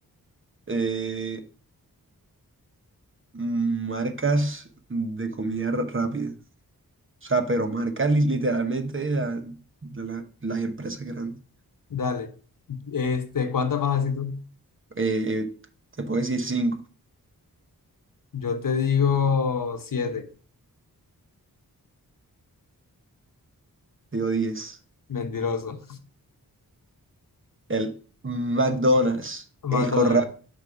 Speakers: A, on the right; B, on the left.
A: eh, marcas de comida ra- rápida. O sea, pero marcas li- literalmente de la- de la- las empresas grandes.
B: dale. Este, ¿cuántas vas así tú?
A: Eh, te puedo decir 5,
B: Yo te digo siete,
A: digo 10.
B: mentiroso.
A: El McDonald's,
B: <laughs> McDonald's,
A: el Corral.